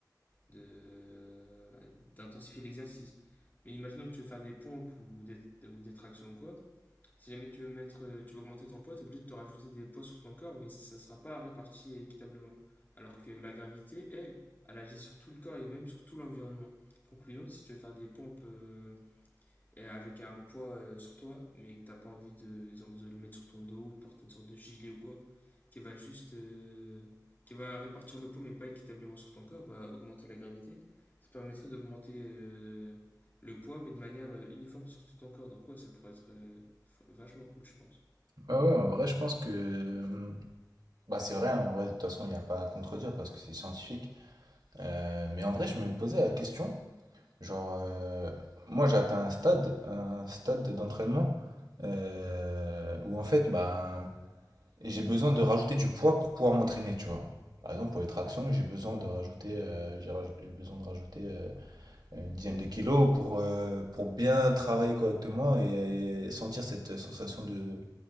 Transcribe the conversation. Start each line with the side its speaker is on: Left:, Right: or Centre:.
Left: de, bah, d'intensifier l'exercice. Mais imaginons que tu veux faire des pompes ou des, ou des tractions ou quoi. Si jamais tu veux, mettre, tu veux augmenter ton poids, tu es obligé de te rajouter des poids sur ton corps, mais ça ne sera pas réparti équitablement. Alors que la gravité, elle, elle agit sur tout le corps et même sur tout l'environnement. Conclusion, si tu veux faire des pompes euh, et avec un poids euh, sur toi, mais que t'as pas envie de, exemple, de le mettre sur ton dos ou de porter une sorte de gilet ou quoi, qui va juste, euh, qui va répartir le poids mais pas équitablement sur ton corps, bah augmenter la gravité, ça permettrait d'augmenter euh, le poids mais de manière euh, uniforme sur tout ton corps. Donc ouais, ça pourrait être euh, f- vachement cool, je pense.
Right: Ouais, ouais, en vrai, je pense que. euh, Bah, c'est vrai, hein, en vrai, de toute façon, il n'y a pas à contredire parce que c'est scientifique. Euh, mais en vrai, je me posais la question, genre, euh, moi, j'ai atteint un stade, un stade d'entraînement euh, où en fait, bah, j'ai besoin de rajouter du poids pour pouvoir m'entraîner, tu vois. Par exemple, pour les tractions, j'ai besoin de rajouter, euh, j'ai raj- j'ai besoin de rajouter euh, euh, une dizaine de kilos pour, euh, pour bien travailler correctement et, et sentir cette sensation de,